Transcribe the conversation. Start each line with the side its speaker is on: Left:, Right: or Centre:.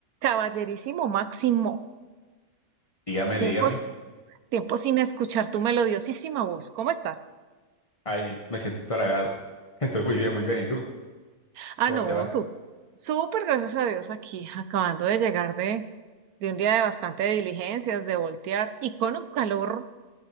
Right: Caballerísimo Máximo,
Left: Dígame,
Right: tiempos,
Left: dígame.
Right: tiempos sin escuchar tu melodiosísima voz. ¿Cómo estás?
Left: Ay, me siento halagado. <laughs> Estoy muy bien, muy bien. ¿Y tú?
Right: Ah,
Left: ¿Cómo
Right: no,
Left: te va?
Right: su, súper gracias a Dios aquí, acabando de llegar de, de un día de bastante diligencias, de voltear y con un calor